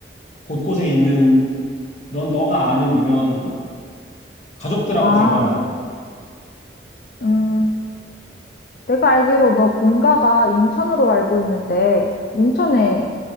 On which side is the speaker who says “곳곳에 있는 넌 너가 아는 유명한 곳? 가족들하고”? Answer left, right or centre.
Left